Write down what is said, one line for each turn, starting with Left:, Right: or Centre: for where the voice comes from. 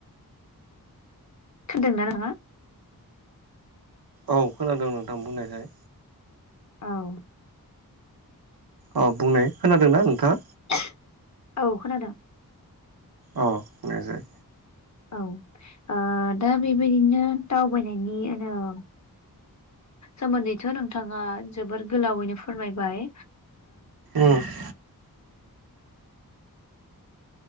Left: खोनादों ना नाङो?
Right: औ खोनादों नोंथां बुंनायसाय।
Left: औ।
Right: अ बुंनाय, खोनादोंना नोंथाङा?
Left: <unintelligible> औ खोनादों।
Right: अ बुंनायसाय।
Left: औ ओ दा बेबायदिनो दावबायनायनि ओ सोमोन्दैथ' नोंथाङा जोबोर गोलावैनो फोरमायबाय।
Right: ओम।